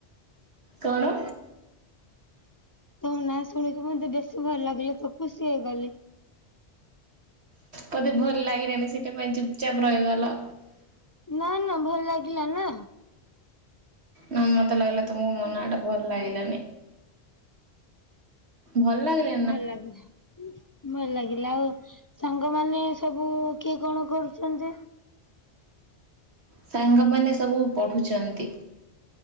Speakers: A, on the right; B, on the left.
A: କଣ?
B: ତୋ ନାଁ ଶୁଣିକି ମତେ ବେଶୀ ଭଲ ଲାଗିଲା ତୁ ଖୁସି ହେଇଗଲି।
A: ବୋଧେ ଭଲ ଲାଗିଲେଣିି ସେଇଟା ପାଇଁ ଚୁପଚାପ ରହିଗଲ।
B: ନା ନା ଭଲ ଲାଗିଲା ନା
A: ନ ମତେ ଲାଗିଲା ତୁମକୁ ମୋ ନାଟା ଭଲ ଲାଗିଲାନି ଭଲ ଲାଗିଲା
B: ଭଲ ଲାଗିଲ ଭଲ ଲାଗିଲା ଆଉ ସାଙ୍ଗ ମାନେ ସବୁ କିଏ କଣ କରୁଛନ୍ତି?
A: ସାଙ୍ଗମାନୋନ ସବୁ ପଢ଼ୁଚନ୍ତି।